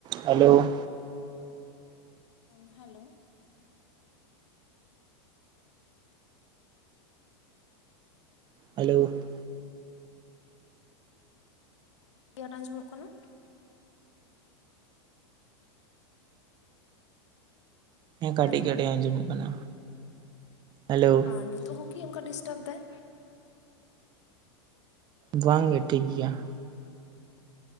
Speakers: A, on the right; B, on the left.
A: Hello
B: ᱦᱮ hello
A: hello
B: ᱟᱸᱡᱚᱢᱚᱜ ᱠᱟᱱᱟ?
A: ᱦᱮᱸ ᱠᱟᱹᱴᱤᱡ
B: ᱦᱮᱞᱳ
A: ᱠᱟᱹᱴᱤᱡ ᱟᱸᱡᱚᱢᱚᱜ ᱠᱟᱱᱟ᱾ ᱦᱮᱞᱳ
B: ᱟᱨ ᱱᱤᱛᱚᱜ ᱦᱚᱸᱠᱤ ᱚᱱᱠᱟ ᱰᱤᱥᱴᱟᱵᱽ ᱫᱟᱭ?
A: ᱵᱟᱝᱜᱮ ᱴᱷᱤᱠ ᱜᱮᱭᱟ ᱾